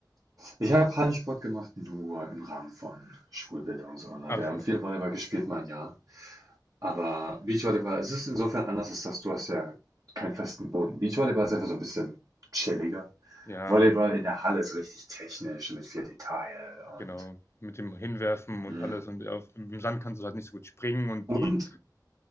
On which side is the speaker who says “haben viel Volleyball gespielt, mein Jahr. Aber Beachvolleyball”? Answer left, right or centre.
Right